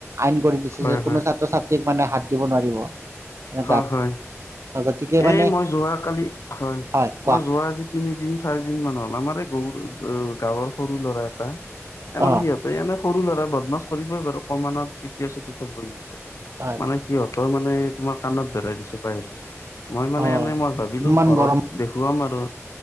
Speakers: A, on the right; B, on the left.
A: আইন কৰি দিছে
B: হয়
A: যে কোনো
B: হয়
A: ছাত্ৰ ছাত্ৰীক মানে হাত দিব নোৱাৰিব।
B: হয়
A: গাত
B: হয়
A: গতিকে মানে
B: এই মই যোৱ কালি হয়।
A: হয় কোৱা।
B: ৰোৱা আজি তিনিদিন চাৰি দিন মান হ'ল আমাৰ এই গৰু গাঁৱৰ সৰু ল'ৰা এটা। এ মানে
A: অ
B: সিহঁতে এনে সৰু ল'ৰা বদমাছ কৰিবই বাৰু কমমানত তৃতীয় চতথত পঢ়ি আছে।
A: হয়
B: মানে সিহঁতেও মানে তোমাৰ কাণত ধৰাই দিছো বাহিৰত। মই মানে
A: অ
B: এনে মই ভাবিলো
A: ইমান
B: ঘৰত
A: গৰম
B: দেখুৱাম আৰু